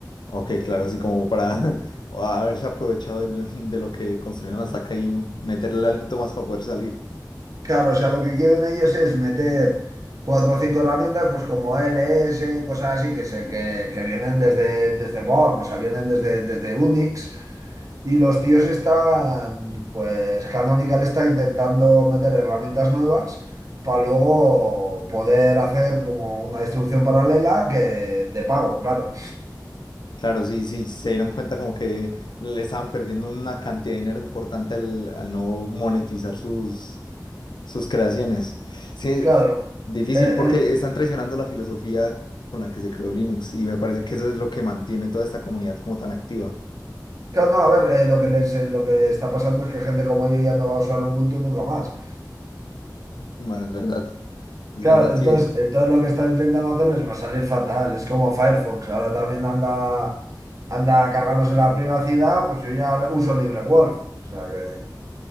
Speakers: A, on the left; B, on the right.
A: Ok, claro, así como para <laughs> o haberse aprovechado del- de, lo que construyeron hasta acá y meterle algo más para poder salir.
B: Claro, o sea, lo que quieren ellos es meter cuatro o cinco herramientas, pues como LS, cosas así, que, se, que, que vienen desde, desde Born, o sea, vienen desde, desde Unix. Y los tíos están, pues Canonical está intentando meter herramientas nuevas para luego poder hacer como una distribución paralela que de pago, claro.
A: Claro, sí, sí, se dieron cuenta como que le estaban perdiendo una cantidad de dinero importante al, al no monetizar sus Sus creaciones. Sí,
B: Claro.
A: difícil
B: el-
A: porque
B: el-
A: están traicionando la filosofía con la que se creó Linux y me parece que eso es lo que mantiene toda esta comunidad como tan activa.
B: claro, no, a ver, eh, lo que les, eh, lo que está pasando es que gente como yo ya no va a usar Ubuntu nunca más.
A: Bueno, es verdad, es
B: Claro,
A: verdad,
B: entonces,
A: sí. Es...
B: entonces lo que están intentando hacer les va a salir fatal. Es como Firefox, ahora también anda, anda cargándose la privacidad, pues yo ya uso LibreWolf. O sea que...